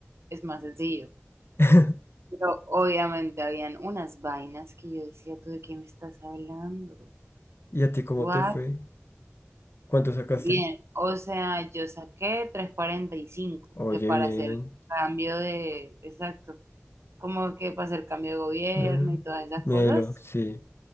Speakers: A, on the right; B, on the left.
A: es más sencillo.
B: <laughs>
A: Pero obviamente habían unas vainas que yo decía, ¿tú de qué me estás hablando?
B: ¿Y a ti cómo
A: What?
B: te fue? ¿Cuánto sacaste?
A: Bien, o sea, yo saqué tres cuarenta y cinco
B: Oye,
A: que para
B: bien.
A: hacer cambio de, exacto, como que para hacer cambio de gobierno
B: Ah,
A: y todas esas
B: Melo,
A: cosas,
B: sí.